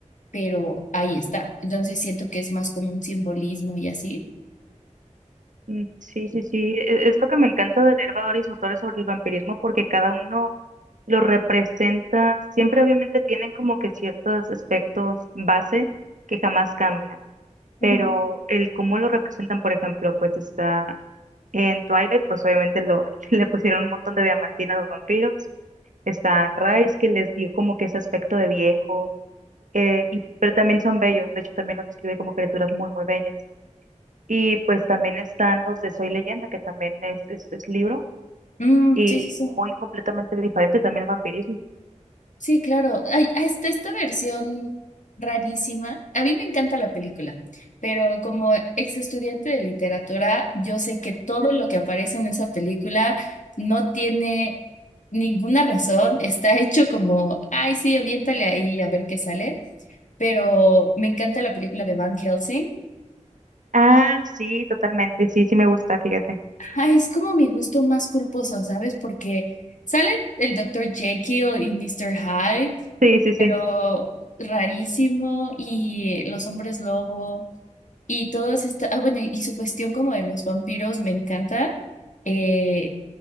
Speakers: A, on the left; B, on the right.
A: pero ahí está. Entonces siento que es más como un simbolismo y así.
B: Mm, Sí, sí, sí. e- Es lo que me encanta de leer valores y autores sobre el vampirismo porque cada uno lo representa. Siempre obviamente tienen como que ciertos aspectos base que jamás cambian, pero
A: Ujú.
B: el cómo lo representan, por ejemplo, pues está en Twilight, pues obviamente lo, <laughs> le pusieron un montón de diamantina a los vampiros. Está en Rise, que les dio como que ese aspecto de viejo, eh, y, pero también son bellos. De hecho, también los describe como criaturas muy, muy bellas. Y pues también están los de Soy Leyenda, que también es, es, es libro
A: Mm,
B: y
A: sí, sí, sí.
B: muy completamente diferente también el vampirismo.
A: Sí, claro. Ay, hasta esta versión rarísima. A mí me encanta la película, pero como ex estudiante de literatura, yo sé que todo lo que aparece en esa película no tiene ninguna razón. Está hecho como, ay, sí, aviéntale ahí a ver qué sale. Pero me encanta la película de Van Helsing.
B: Ah, sí, totalmente, sí, sí me gusta, fíjate.
A: Ay, es como mi gusto más culposo, ¿sabes? Porque sale el doctor Jekyll y Mr. Hyde.
B: Sí, sí, sí,
A: pero rarísimo y los hombres lobo y todos esta, ah, bueno, y su cuestión como de los vampiros me encanta, eh,